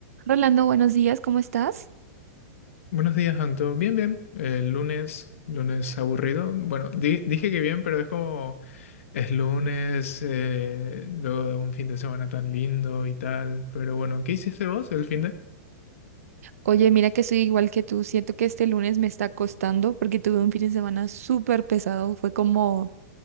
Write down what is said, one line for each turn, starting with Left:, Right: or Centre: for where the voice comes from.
Right: Rolando, buenos días, ¿cómo estás?
Left: Buenos días, Anto. Bien, bien. El lunes, lunes aburrido. Bueno, di- dije que bien, pero es como es lunes, eh, luego de un fin de semana tan lindo y tal. Pero bueno, ¿qué hiciste vos el fin de?
Right: Oye, mira que soy igual que tú, siento que este lunes me está costando porque tuve un fin de semana súper pesado, fue como